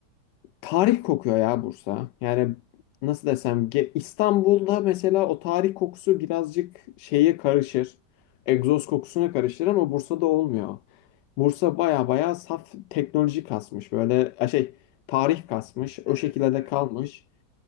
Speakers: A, on the left; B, on the left.
A: tarih kokuyor ya Bursa. Yani nasıl desem ge- İstanbul'da
B: Evet.
A: mesela o tarih kokusu birazcık şeye karışır. Egzoz kokusuna karışır ama Bursa'da olmuyor. Bursa baya baya saf teknoloji kasmış. Böyle e, şey tarih kasmış.
B: Evet,
A: O şekilde
B: evet.
A: de kalmış.